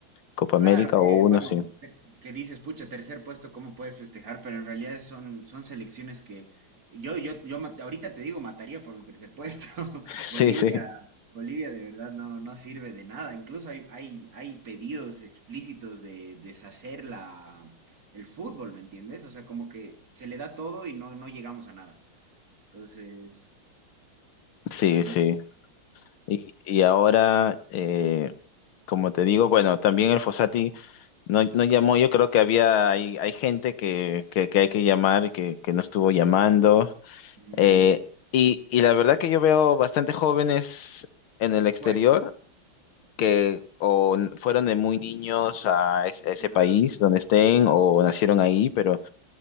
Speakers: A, on the left; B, on the right.
A: Copa
B: Claro
A: América
B: que,
A: o uno,
B: bueno,
A: sí.
B: te- que dices, pucha, tercer puesto, ¿cómo puedes festejar? Pero en realidad son, son selecciones que yo, yo, yo ma- ahorita te digo, mataría por un tercer puesto. <laughs>
A: Sí,
B: Bolivia,
A: sí,
B: Bolivia de verdad no, no sirve de nada. Incluso hay, hay, hay pedidos explícitos de deshacer la, el fútbol, ¿me entiendes? O sea, como que se le da todo y no, no llegamos a nada. Entonces,
A: sí,
B: así.
A: sí. Y, y ahora, eh, como te digo, bueno, también el Fossati no, no llamó, yo creo que había, hay, hay gente que, que, que hay que llamar, que, que no estuvo llamando.
B: mm,
A: Eh, y, y la verdad que yo veo bastante jóvenes en el exterior
B: bueno,
A: que o n- fueron de muy niños a, es- a ese
B: ah,
A: país donde estén o nacieron ahí, pero,